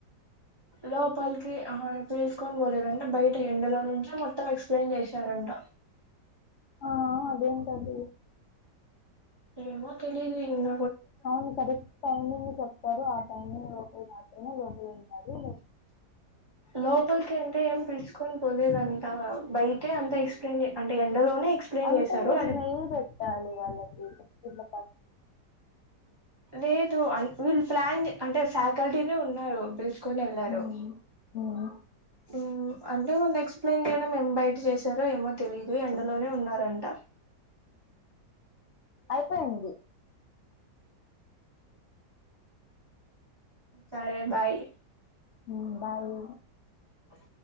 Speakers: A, on the right; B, on the left.
A: లోపల్కి ఆ తీస్కో పోలేదంట బయట ఎండలో నుంచి మొత్తం ఎక్స్ప్లెయిన్ చేశారంట
B: ఆ ఆ దేనికదే
A: ఏమో తెలీదు ఏమ్న
B: అవును కరెక్ట్ అయిందని చెప్తారు లోపల మాత్రమే లోపలుంటారు
A: లోపలికి అంటే ఏం పిల్చుకొని పోలేదంట అంటే అంత ఎక్స్ప్లెయిన్ అంటే ఎండలోనే ఎక్స్ప్లెయిన్
B: అంటే
A: జేశారు
B: మీరు
A: అది
B: <unintelligible> వాళ్ళకి ఇట్ల
A: లేదు ఆ విల్లు ప్లాన్ అంటే ఫ్యాకల్టీనే ఉన్నారు పిల్చుకొని ఎల్లారు
B: ఉమ్ ఉమ్
A: ఆ అంటే వాళ్లు ఎక్స్ప్లెయిన్ జెయడం మేం బయట జేసా రే ఏమో తెలీదు ఎండలోనే ఉన్నారంట
B: అయిపెంది
A: సరే బాయ్
B: మ్ బాయీ
A: అద